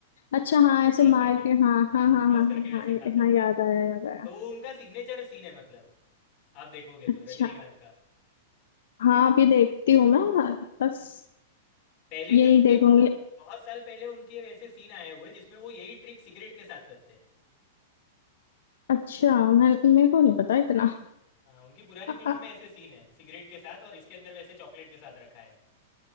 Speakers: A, on the left; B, on the left.
A: अच्छा हाँ
B: ऐसे
A: ऐसे
B: टॉस
A: मार
B: करके
A: के हाँ
B: हाँ
A: हाँ हाँ
B: टॉस
A: हाँ
B: करके
A: हाँ
B: वैसे
A: हाँ ये-
B: खाता
A: हाँ
B: है
A: याद आया याद आया
B: तो वो उनका सिग्नेचर सीन है मतलब आप देखोगे
A: अच्छा
B: तो रजनीकांत का
A: हाँ अभी देखती हूँ मैं बस
B: पहले
A: यही
B: के उनके
A: देखूंगी
B: मतलब बहुत साल पहले उनके वैसे सीन आए हुए जिसमें वो यही ट्रिक सिगरेट के साथ करते हैं
A: अच्छा मैं मेरे को नहीं पता इतना
B: हाँ उनकी पुरानी
A: अ-
B: फिल्मों
A: अ-
B: में ऐसे सीन है सिगरेट के साथ और इसके अंदर वैसे चॉकलेट के साथ रखा है